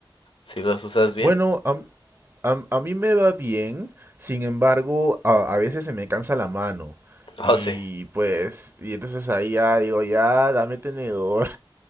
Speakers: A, on the left; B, on the right.
A: ¿Sí los usas bien?
B: Bueno, am- am- a, mí me va bien, sin embargo, a, a veces se me cansa la mano.
A: <laughs>
B: Y
A: Oh, sí.
B: pues, y entonces ahí ya digo, ya, dame tenedor.